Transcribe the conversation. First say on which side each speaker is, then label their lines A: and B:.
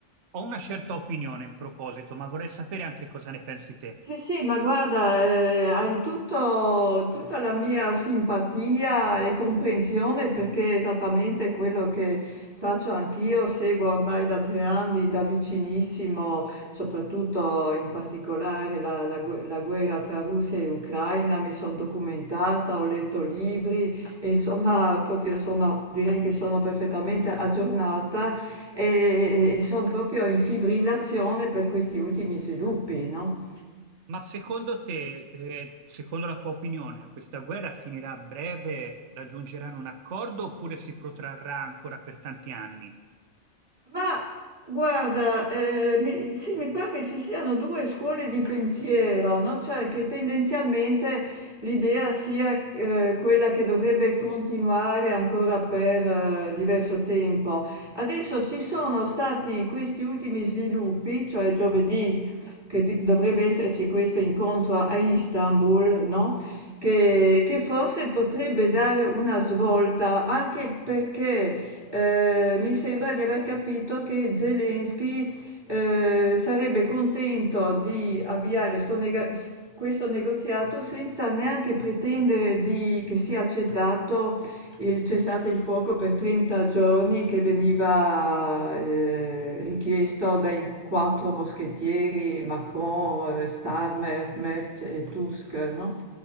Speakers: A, on the right; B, on the right.
A: Ho una certa opinione in proposito, ma vorrei sapere anche cosa ne pensi te.
B: Sì, sì, ma guarda, eh, hai tutto- tutta la mia simpatia e comprensione perché è esattamente quello che faccio anch'io, seguo ormai da tre anni da vicinissimo, soprattutto in particolare la, la gu- la guerra tra Russia e Ucraina, mi sono documentata, ho letto libri e insomma proprio sono, direi che sono perfettamente aggiornata E e son proprio in fibrillazione per questi ultimi sviluppi, no?
A: Ma secondo te, eh, secondo la tua opinione, questa guerra finirà a breve, raggiungeranno un accordo oppure si protrarrà ancora per tanti anni?
B: Ma guarda, eh, mi- sì, mi pare che ci siano due scuole di pensiero, no? Cioè che tendenzialmente l'idea sia eh, quella che dovrebbe continuare ancora per eh, diverso tempo. Adesso ci sono stati questi ultimi sviluppi, cioè giovedì che di- dovrebbe esserci questo incontro a Istanbul, no? Che, che forse potrebbe dare una svolta anche perché eh, mi sembra di aver capito che Zelensky eh, sarebbe contento di avviare sto nega- questo negoziato senza neanche pretendere di- che sia accettato il cessate il fuoco per 30 giorni che veniva eh, richiesto dai quattro moschettieri Macron, eh, Starmer, Merz e Tusk, no?